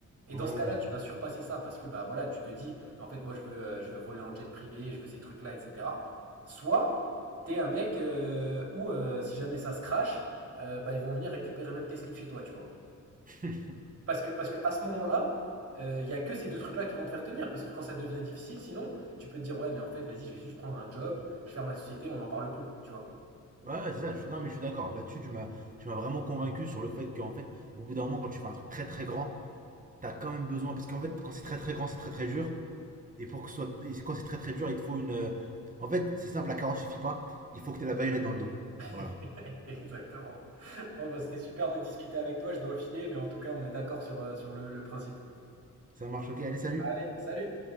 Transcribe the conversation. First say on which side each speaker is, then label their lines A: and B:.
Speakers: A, on the right; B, on the right.
A: et
B: Ouais
A: dans ce
B: ouais.
A: cas-là, tu vas surpasser ça parce que bah voilà, tu te dis bah, en fait moi je veux euh, je veux voler en jet privé, je veux ces trucs-là, etc. Soit t'es un mec euh, où euh, si jamais ça se crache, euh, bah ils vont venir récupérer même tes slips chez toi, tu vois.
B: <laughs> ouais
A: Parce que parce que à ce moment-là, il y a que ces deux trucs-là qui vont te faire tenir. Parce que quand ça devient difficile, sinon tu peux te dire ouais mais en fait vas-y je vais juste prendre un job, je ferme la société, on n'en parle plus, tu vois.
B: ouais, c'est ça. Je suis... Non mais je suis d'accord. Là-dessus tu m'as tu m'as vraiment convaincu sur le fait qu'en fait au bout d'un moment quand tu fais un truc très très grand t'as quand même besoin parce qu'en fait quand c'est très très grand c'est très très dur et pour que ce soit et quand c'est très très dur il te faut une euh, en fait c'est simple la carotte suffit pas il faut que t'aies la baïonnette dans le dos. Voilà.
A: <laughs> Exactement. Bon bah c'était super de discuter avec toi, je dois filer, mais en tout cas on est d'accord sur, euh, sur le, le principe.
B: Ça marche, ok. Allez, salut
A: Allez, salut!